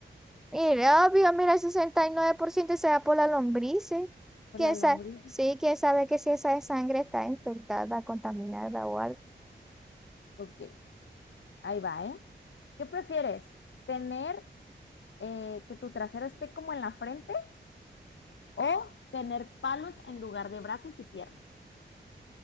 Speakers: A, in the centre; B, on the left.
A: Mira, obvio, mira, el 69% se da por las lombrices.
B: Por
A: ¿Quién
B: la lombriz.
A: sabe? Sí, quién sabe que si esa sangre está infectada, contaminada o algo.
B: Ok, ahí va, ¿eh? ¿Qué prefieres? ¿Tener eh, que tu trasero esté como en la frente o tener palos en lugar de brazos y piernas?